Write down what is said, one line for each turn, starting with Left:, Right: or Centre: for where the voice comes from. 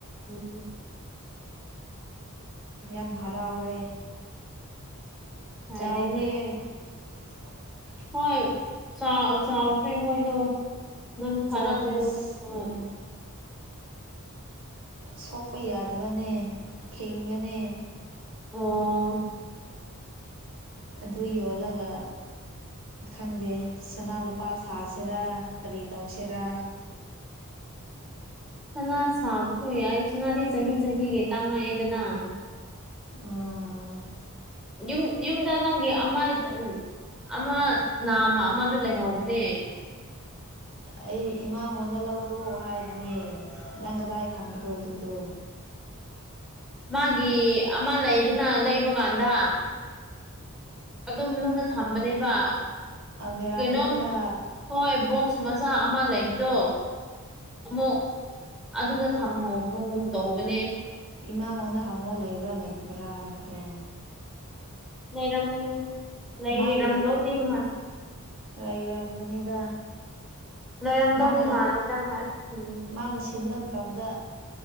Centre: ꯎꯝ
Right: ꯌꯥꯝ ꯍꯔꯥꯎꯔꯦ
Centre: ꯐꯔꯦꯅꯦ
Right: ꯆꯥꯎꯈ꯭ꯔꯦ ꯋꯥꯔ <unintelligible>
Centre: ꯍꯣꯏ ꯆꯥꯎ ꯆꯥꯎꯈ꯭ꯔꯦ ꯃꯣꯏꯗꯣ ꯅꯪ ꯊꯥꯔꯛꯄꯗꯣ
Right: ꯆꯥꯎꯈ꯭ꯔꯦꯁ
Centre: ꯍꯣꯏ
Right: ꯎ ꯁꯣꯛꯄ ꯌꯥꯗꯕꯅꯦ ꯊꯤꯡꯕꯅꯦ
Centre: ꯑꯣ
Right: ꯑꯗꯨ ꯌꯣꯜꯂꯒ ꯈꯪꯗꯦ ꯁꯅꯥ ꯂꯨꯄꯥ ꯁꯥꯁꯤꯔꯥ ꯀꯔꯤ ꯇꯧꯁꯤꯔꯥ
Centre: <unintelligible> ꯁꯅꯥ ꯁꯥꯕꯁꯨ ꯌꯥꯏ ꯁꯅꯥꯗꯤ ꯆꯍꯤ ꯆꯍꯤꯒꯤ ꯇꯥꯡꯉꯛꯑꯦꯗꯅ
Right: ꯎꯝ
Centre: ꯌꯨꯝ ꯌꯨꯝꯗ ꯅꯪꯒꯤ ꯑꯃ ꯎ ꯑꯃ ꯅꯥꯝ ꯑꯃꯗ ꯨꯂꯩꯍꯧꯕꯅꯦ
Right: ꯑꯩ ꯏꯃꯥꯡꯉꯣꯟꯗ ꯂꯧꯔꯣ ꯍꯥꯏꯕꯅꯦ ꯅꯪ ꯀꯗꯥꯏ ꯊꯝꯕ꯭ꯔꯣ ꯑꯗꯨꯗꯣ
Centre: <unintelligible> ꯃꯥꯒꯤ ꯑꯃ ꯂꯩꯗꯅ ꯂꯩꯕ ꯀꯥꯟꯗ ꯑꯗꯨꯝ ꯅꯨꯅ ꯊꯝꯕꯅꯦꯕ
Right: ꯑꯜꯃꯦꯔꯥ
Centre: ꯀꯩꯅꯣꯝ
Right: ꯃꯅꯨꯡꯗ
Centre: ꯍꯣꯏ ꯕꯣꯛꯁ ꯃ ꯂꯩꯕꯗꯣ ꯑꯃꯨꯛ ꯑꯗꯨꯗ ꯊꯝꯍꯒꯨꯝ ꯇꯧꯕꯅꯦ
Right: ꯏꯃꯥꯡꯉꯣꯟꯗ ꯍꯪꯉꯣ ꯂꯩꯕ꯭ꯔꯥ ꯂꯩꯕ꯭ꯔꯥ ꯍꯥꯏꯕꯗꯣ
Centre: ꯂꯩꯔꯝꯃꯨ ꯂꯩꯔꯝꯗꯧꯗꯤꯝꯅ
Right: ꯃꯥꯒꯤ ꯂꯩꯔꯝꯒꯅꯤꯗ
Centre: ꯂꯩꯔꯝꯗꯧꯗꯤ ꯂꯩꯔꯝꯗꯧꯗꯤ
Right: ꯃꯥꯅ
Centre: ꯃꯥꯜꯂꯦꯗ ꯍꯣꯏ ꯎꯝ
Right: ꯃꯥꯅ ꯁꯤꯟꯕ ꯃꯇꯝꯗ